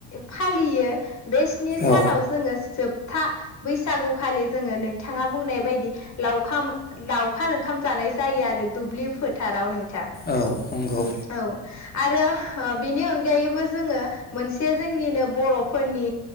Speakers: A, on the left; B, on the left.
A: फालि यो बे स्नि सानाव
B: औ
A: जोङो जोबथा बैसागुखालि जोङो नोंथाङा बुंनाय बायदि लाव लावखार ओंखाम जानाय जायो आरो। दुब्लि फोथाराव नोंथां
B: औ नंगौ
A: औ आरो बिनि अनगायैबो जोङो मोनसे जोंनिनो बर'फोरनि